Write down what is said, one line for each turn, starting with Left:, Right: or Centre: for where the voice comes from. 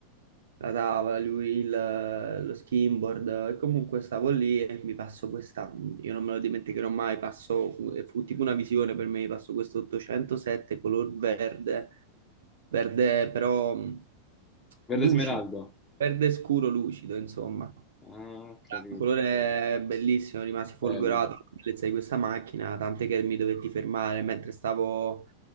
Right: la tavola, lui il- lo skimboard e comunque stavo lì e mi passo questa, io non me lo dimenticherò mai, passo, fu fu tipo una visione per me, passo questo 807 color verde, verde però mh,
Left: Verde
Right: lucido,
Left: smeraldo.
Right: verde scuro lucido, insomma.
Left: Ah, ho capito.
Right: Un colore bellissimo, rimasi folgorato
Left: Bella.
Right: dalla bellezza di questa macchina, tant'è che mi dovetti fermare mentre stavo